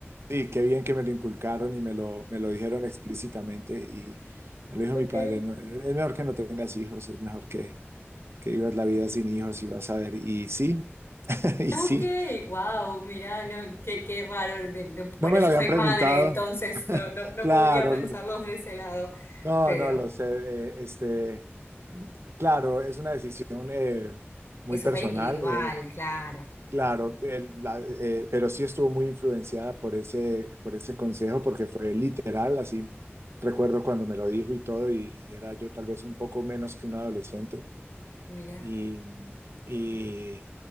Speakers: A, on the right; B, on the left.
A: Sí, qué bien que me lo inculcaron y me lo, me lo dijeron explícitamente y me lo dijo
B: Ok.
A: mi padre, "No, es mejor que no tengas hijos, es mejor que, que vivas la vida sin hijos y vas a ver. Y sí, <laughs> y
B: Ok,
A: sí,
B: wow, mirá, no, qué, qué raro. de- de- bueno,
A: no me
B: yo
A: lo habían
B: soy madre,
A: preguntado,
B: entonces no, no, no
A: claro,
B: podría pensarlos
A: lo-
B: de ese lado,
A: no,
B: pero
A: no lo sé, eh, este, claro, es una decisión eh, muy
B: es súper
A: personal,
B: individual,
A: eh,
B: claro.
A: Claro, el- la- eh, pero sí estuvo muy influenciada por ese, por ese consejo, porque fue literal, así recuerdo cuando me lo dijo y todo, y, y era yo tal vez un poco menos que un adolescente.
B: Mira.
A: Y, y,